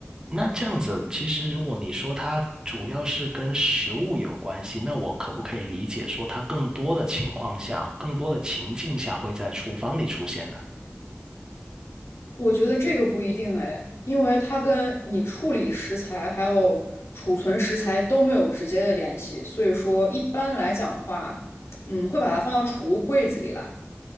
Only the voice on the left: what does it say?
我觉得这个不一定哎，因为它跟你处理食材还有储存食材都没有直接的联系，所以说一般来讲的话，嗯，会把它放到储物柜子里啦。